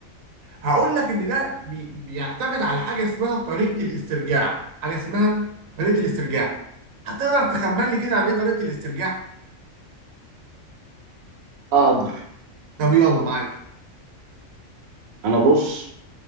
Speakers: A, on the right; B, on the right.
A: هقول لك ان ده بي بيعتمد على حاجه اسمها طريقه الاسترجاع حاجه اسمها طريقه الاسترجاع هتقدر تخمن لي كده عن ايه طريقه الاسترجاع
B: اقدر
A: طب يلا معاك
B: انا بص